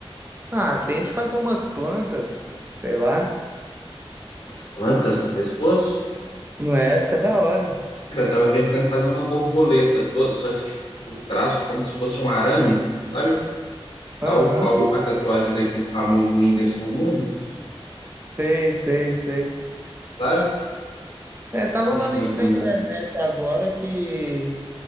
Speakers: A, on the right; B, on the left.
A: Ah, tente fazer umas plantas, sei lá.
B: As plantas no pescoço.
A: Não é? Fica da hora.
B: Cara, eu tava pensando em fazer uma borboleta toda, só que tipo, o traço como se fosse um arame, sabe?
A: Aham,
B: Tal qual a tatuagem daquele famoso Whindersson Nunes,
A: Sei, sei, sei.
B: sabe?
A: É, tá rolando
B: Acho muito
A: aí na
B: bonito.
A: internet agora que